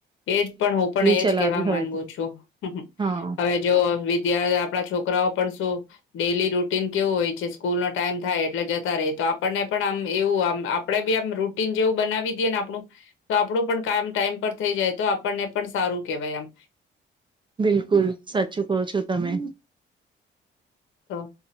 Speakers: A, on the left (about 85°); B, on the right (about 25°).
A: એજ પણ હું પણ એજ
B: ચલાવી
A: કેવા
B: હોય
A: માંગુ
B: તો
A: છું
B: હા
A: હવે જો વિદ્ય આપડા છોકરાઓ પણ શું ડેલી રૂટીન કેવું હોય છે સ્કૂલ નો ટાઈમ થાય એટલે જતા રેય તો આપણને પણ આમ એવું આમ આપડે બી આમ રૂટીન જેવું બનાવી દઈએ ને પણું તો આપડુ પણ કામ ટાઈમ પર થઈ જાય તો આપણને પણ સારું કેવાય એમ.
B: બિલકુલ સાચુ કહો છો. તમે.
A: તો